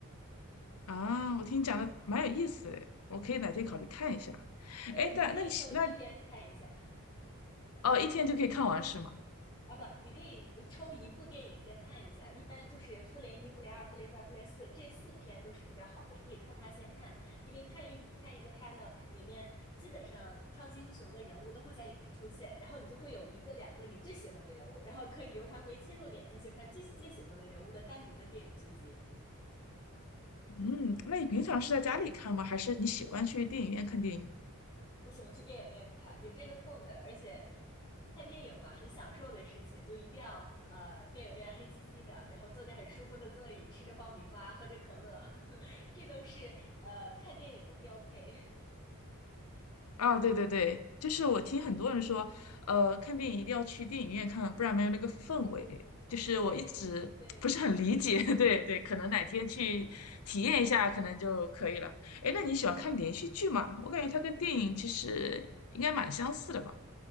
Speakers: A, on the left; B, on the left.
A: 啊？我听你讲的蛮有意思的，我可以哪天考虑看一下。
B: 对，
A: 哎，但那你那
B: 你可以抽一篇看一下。
A: 哦，一天就可以看完是吗？
B: 啊不，你可以呃抽一部电影先看一下，一般就是《复联一》《复联二》《复联三》《复联四》这四篇都是比较好的，你可以抽它先看，因为看一看一个它呢，里面基本上超级英雄的人物都会在里面出现，然后你就会有一个两个你最喜欢的人物，然后可以由他们为切入点再去看最喜最喜欢的人物的单独的电影剧集。
A: 嗯，那你平常是在家里看吗？还是你喜欢去电影院看电影？
B: 我喜欢去电影院看，有这个氛围，而且看电影嘛，很享受的事情，就一定要呃，电影院黑漆漆的，然后坐着很舒服的座椅，吃着爆米花，喝着可乐，<laughs> 这都是呃看电影的标配。<laughs>
A: 啊，对对对，就是我听很多人说，呃，看电影一定要去电影院看，不然没有那个氛围。就是我一直不是很理解，
B: 对，也对，
A: <laughs> 对对，可能哪天去体验一下，可能就可以了。哎，那你喜欢看连续剧吗？我感觉它跟电影其实应该蛮相似的吧。